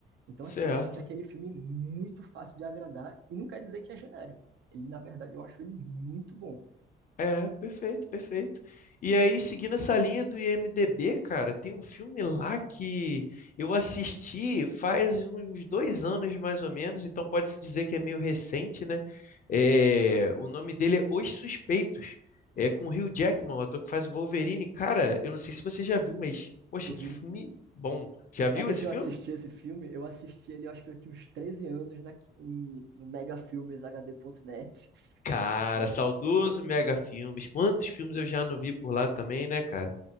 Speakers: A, on the right; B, on the left.
A: Então,
B: Certo.
A: assim, eu acho que é aquele filme muito fácil de agradar, e não quer dizer que é genérico. Ele, na verdade, eu acho ele muito bom.
B: É, perfeito, perfeito. E aí, seguindo essa linha do IMDB, cara, tem um filme lá que eu assisti faz uns dois anos mais ou menos, então pode-se dizer que é meio recente, né? É, o nome dele é Os Suspeitos, é com o Hugh Jackman, o ator que faz o Wolverine. Cara, eu não sei se você já viu, mas poxa,
A: Eu vi.
B: que filme bom. Já viu
A: Sabe
B: esse
A: onde eu
B: filme?
A: assisti esse filme? Eu assisti ele, eu acho que eu tinha uns 13 anos na, em- no megafilmeshd.net.
B: Cara,
A: né?
B: saudoso Mega Filmes. Quantos filmes eu já não vi por lá também, né, cara?